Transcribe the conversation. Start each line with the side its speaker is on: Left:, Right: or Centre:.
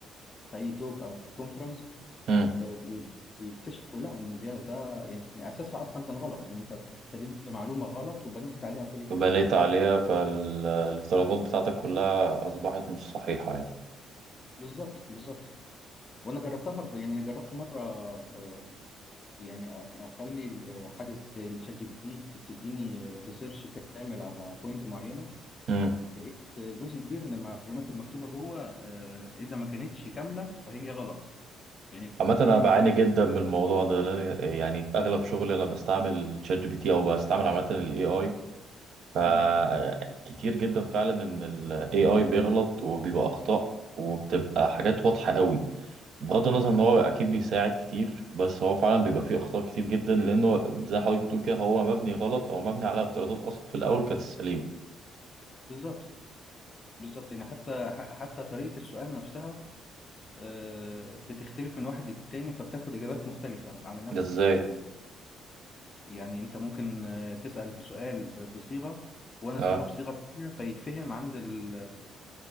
Left: في اي توك او في كونفرنس
Right: امم
Left: آه، بي- بيكتشفوا لا ان ده ده يعني اساسها اصلا كان غلط يعني انت ابتديت بمعلومه غلط وبنيت عليها كل الحاجات
Right: بنيت عليها فالافتراضات بتاعتك كلها اصبحت مش صحيحه
Left: بالظبط بالظبط وانا جربتها ب- يعني جربت مره آه، يعني أ- اخلي ال- حاجه زي الشات جي بي تي تديني ريسيرش كامل على بوينت معينه
Right: يعني
Left: لقيت جزء كبير من المعلومات المكتوبه جوه آه، اذا ما كانتش كامله فهي غلط يعني
Right: عامة
Left: بيديني
Right: أنا بعاني
Left: المعلومه
Right: جدا من الموضوع ده لأن يعني في أغلب شغلي أنا بستعمل شات جي بي تي أو بستعمل عامة ال AI فكتير
Left: تمام
Right: جدا فعلا إن ال AI بيغلط وبيبقى أخطاء وبتبقى حاجات واضحة قوي بغض النظر إن هو أكيد بيساعد كتير بس هو فعلا بيبقى فيه أخطاء كتير جدا لأنه زي حضرتك بتقول كده هو مبني غلط أو مبني على افتراضات أصلا في الأول كانت سليمة
Left: بالظبط بالظبط يعني حتى ح- حتى طريقة السؤال نفسها آه، بتختلف من واحد للتاني فبتاخد إجابات مختلفة على نفس
Right: ده إزاي؟
Left: ال... يعني أنت ممكن آه، تسأل سؤال ب- بصيغة وأنا أسأله
Right: أه
Left: بصيغة تانية فيتفهم عند ال...